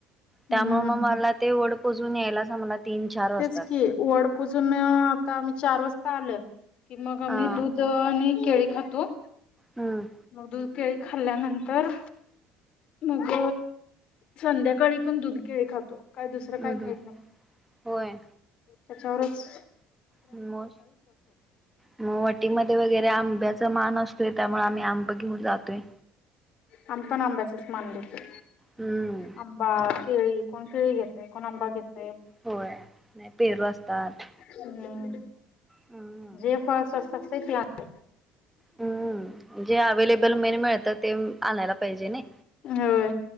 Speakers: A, in the centre; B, on the left (about 45°).
A: त्यामुळे
B: हम्म हम्म
A: मग मला ते वड पुजून यायलाच आम्हाला तीन चार वाजतात.
B: तेच की वड पुजून आता आमी चार वाजता आलोय. कि मग आम्ही
A: हा
B: दूध आणि केळी खातो.
A: हम्म
B: मग दूध केळी खाल्ल्यानंतर मग संध्याकाळी पण दुध केळी खातो. काय दुसरं
A: हम्म
B: काय
A: हम्म
B: खाईत नाही.
A: होय
B: त्याच्यावरंच
A: म मग वटीमध्ये वगैरे आंब्या चा मान असतोय त्यामुळे आम्ही आंब घेऊन जातोय.
B: आमी पण आंब्याचाच मान देतोय.
A: हम्म
B: आंबा, केळी कोण केळी घेतय कोण आंबा घेते.
A: होय नाही पेरू असतात.
B: हम्म
A: हम्म
B: जे फळ स्वस्त असतंय ते आण
A: हम्म जे अवेलेबल मेन मिळत ते आणायला पाहिजे नई.
B: होय